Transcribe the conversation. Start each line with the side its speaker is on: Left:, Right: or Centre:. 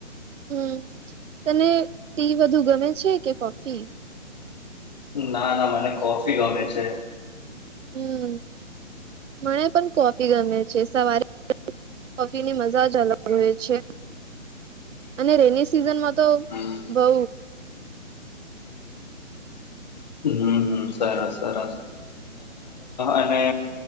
Right: હમ તને ટી વધુ ગમે છે કે કોફી?
Left: ના ના મને કોફી ગમે છે.
Right: હમ મને પણ કોફી ગમે છે સવારે કોફી ની મજા જ અલગ રહે છે. અને રેની સિઝનમાં તો
Left: હમ
Right: બઉ
Left: હમ હમ સરસ સરસ અને